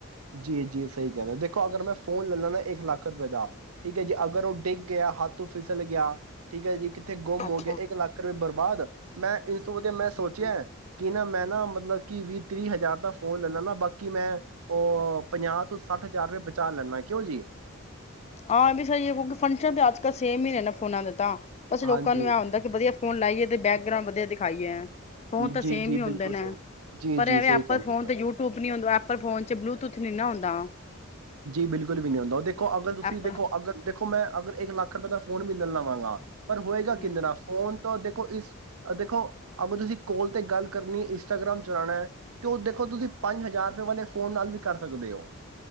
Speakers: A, on the right (about 80°); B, on the left (about 30°).
A: ਜੀ -ਜੀ ਸਹੀ ਕਹਿੰਦੇ, ਦੇਖੋ ਅਗਰ ਮੈਂ ਫੋਨ ਲੈ ਲਾ ਨਾ ਇੱਕ ਲੱਖ ਰੁਪਏ ਦਾ, ਠੀਕ ਹੈ ਜੀ ਅਗਰ ਉਹ ਡਿੱਗ ਗਿਆ ਹੱਥੋੰ ਫਿਸਲ ਗਿਆ ਠੀਕ ਹੈ ਜੀ। ਕਿਥੇ ਗੁੰਮ
B: ਅੱਛਾ
A: ਹੋ ਗਿਆ ਇੱਕ ਲੱਖ ਰੁਪਏ ਬਰਬਾਦ ਮੈਂ ਇਸ ਵਾਸਤੇ ਮੈਂ
B: ਹਮ
A: ਸੋਚਿਆ ਕਿ ਨਾ ਮੈਂ ਮੈਂ ਨਾ ਮਤਲਬ ਕਿ ਵੀਹ-ਤੀਹ ਹਜ਼ਾਰ ਦਾ ਫ਼ੋਨ ਲੈਣਾ ਨਾ ਬਾਕੀ ਮੈਂ ਉਹ ਪੰਜਾਹ ਤੋਂ ਸੱਠ ਹਜ਼ਾਰ ਰੁਪਏ ਬਚਾ ਲੈਂਨਾ, ਕਿਉ ਜੀ?
B: ਹਾਂ ਇਹ ਵੀ ਸਹੀ ਹੈ, ਕਿਉਂਕਿ ਫੰਕਸ਼ਨ ਤਾਂ ਅੱਜ ਕੱਲ੍ਹ ਸੇਮ ਹੀ ਨੇ ਨਾ ਫੋਨਾਂ ਦੇ ਤਾਂ। ਬਸ ਲੋਕਾਂ
A: ਹਾਂਜੀ,
B: ਨੂੰ ਇਹ ਹੁੰਦਾ ਕਿ ਵਧੀਆ ਫੋਨ ਲਾਈਏ ਤੇ ਬੈਕਗਰਾਊਂਡ ਵਧੀਆ ਦਿਖਾਈ ਹੈ ਫੋਨ ਤਾਂ
A: ਜੀ,
B: ਸੇਮ
A: ਜੀ
B: ਹੀ ਹੁੰਦੇ
A: ਬਿਲਕੁਲ
B: ਨੇ
A: ਸਹੀ, ਜੀ,
B: ਪਰ
A: ਜੀ
B: ਐਵੇਂ
A: ਸਹੀ
B: ਐਪਲ
A: ਕਹਿੰਦੇ
B: ਫੋਨ
A: ਹੋ।
B: ਤੇ ਯੂਟਿਊਬ ਨੀ ਹੁੰਦਾ ਐਪਲ ਫੋਨ ਚ ਬਲੂਟੂਥ ਨ ਨਾ ਹੁੰਦਾ
A: ਜੀ ਬਿਲਕੁਲ ਵੀ ਨਹੀਂੀ ਹੁੰਦਾ ਉਹ ਦੇਖ ਦੇਖੋ ਅਗਰ ਤੁਸੀਂ
B: ਐਪਲ
A: ਦੇਖੋ ਅਗਰ ਦੇੋ ਦੇਖੋ ਮੈਂ ਅਗਰ ਇੱਕ ਲੱਖ ਰੁਪਏ ਦਾ ਫੋਨ ਮਿਲਣ ਲਵਾਂਗਾ ਪਰ ਹੋਏਗਾ
B: ਹਮ
A: ਕਿੰ ਨਾਲ ਫੋਨ ਤੋਂ ਦੇ ਇਸ ਦੇਖੋ ਅਗਰ ਤੁਸੀਂ ਕਾਲ ਤੇ ਗੱਲ ਕਰਨੀ ਹੈ ਇੰਸਟਾਗ੍ਰਾਮ ਚਲਾਉਣਾ ਹੈ ਤੇ ਉਹ ਦੇਖੋ ਤੁਸੀਂ ਪੰਜ ਹਜ਼ਾਰ ਰੁਪਏ ਵਾਲੇ ਫੋਨ ਨਾਲ ਵੀ ਕਰ ਸਕਦੇ ਹੋ